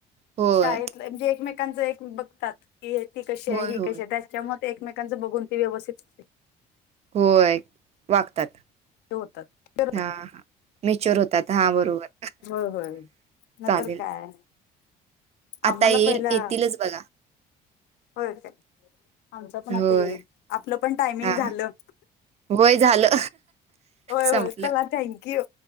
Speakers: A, on the right (about 40°); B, on the left (about 85°).
A: होय
B: शाळेत म्हणजे एकमेकांच एक बघतात की ती कशी
A: होय
B: आहे ही
A: होय
B: कशी त्याच्या म एकमेकांचं बघून ती व्यवस्थित करते
A: होय वागतात
B: हे होतात करतात.
A: हा मॅच्युअर होतात हा बरोबर
B: होय होय नंतर
A: चालेल
B: काय
A: आता
B: आम्हाला
A: येईल
B: पहिला
A: येतीलच बघा
B: होय काय आमच पण आता
A: होय
B: येईल आपलं पण टायमिंग
A: हा
B: झालं
A: होय झालं
B: होय
A: संपलं
B: होय चला थँक्यू